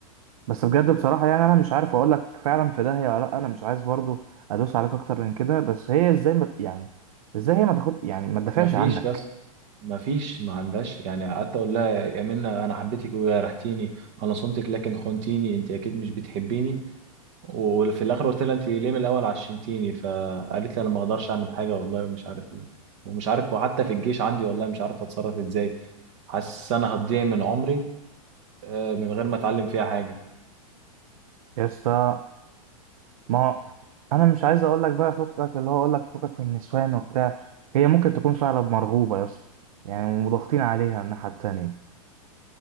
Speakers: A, on the right; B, on the right.
A: بس بجد بصراحة يعني أنا مش عارف أقول لك فعلا في داهية ولا لأ أنا مش عايز برضو أدوس عليك أكتر من كده بس هي إزاي ما يعني إزاي هي ما تاخد يعني ما تدافعش
B: مفيش
A: عنك
B: بس مفيش ما عندهاش يعني قعدت اقول لها يا منى انا حبيتك وجرحتيني انا صنتك لكن خنتيني انت اكيد مش بتحبيني وفي الاخر قلت لها انت ليه من الاول عشمتيني فقالت لي انا ما اقدرش اعمل حاجه والله ومش عارف ايه ومش عارف وحتى في الجيش عندي والله مش عارف اتصرف ازاي حاسس انا هتضيع من عمري آه، من غير ما اتعلم فيها حاجه
A: يا اسطى ما هو أنا مش عايز أقول لك بقى فكك اللي هو أقول لك فكك من النسوان وبتاع هي ممكن تكون فعلا مرغوبة يا اسطى يعني وضاغطين عليها الناحية التانية